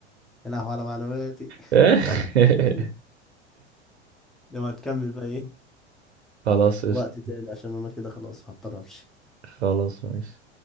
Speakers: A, in the centre; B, on the right.
A: يا لهوي على معلوماتي
B: <laughs>
A: <laughs> لما تكمل بقى ايه
B: خلاص قشطة
A: وقت تاني عشان انا كده خلاص هضطر امشي
B: خلاص ماشي